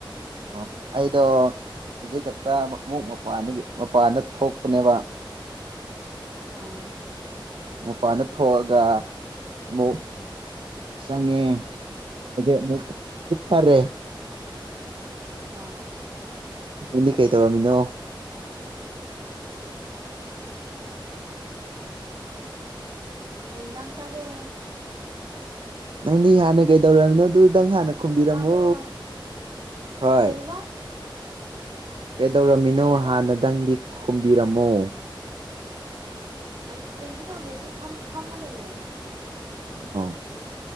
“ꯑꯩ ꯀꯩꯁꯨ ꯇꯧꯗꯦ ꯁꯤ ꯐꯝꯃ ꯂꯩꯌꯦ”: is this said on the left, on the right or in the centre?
Right